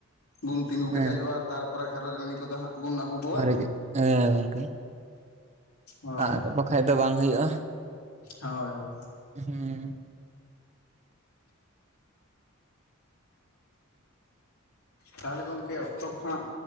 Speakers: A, on the left; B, on the right.
A: ᱵᱩᱱ ᱛᱤᱸᱜᱩ
B: ᱦᱮᱸ
A: ᱠᱮᱴᱮᱡᱚᱜᱼᱟ, ᱛᱟᱨᱯᱚᱨᱮ ᱜᱸᱨᱚᱡᱽ ᱨᱟᱱᱤ ᱠᱚᱫᱚ ᱦᱟᱸᱜ ᱵᱩᱱ ᱟᱹᱜᱩ ᱠᱚᱣᱟ
B: ᱢᱟᱨᱮ ᱜᱮ ᱮ ᱜᱚᱝᱠᱮ
A: ᱦᱳᱭ
B: ᱟᱫ ᱵᱟᱠᱷᱟᱡ ᱫᱚ ᱵᱟᱝ ᱦᱩᱭᱩᱜᱼᱟ᱾
A: ᱦᱳᱭ, ᱦᱳᱭ,
B: ᱦᱩᱸ
A: ᱛᱟᱦᱚᱞᱮ ᱜᱚᱝᱠᱮ ᱚᱠᱛᱚ ᱠᱚ ᱦᱟᱜ,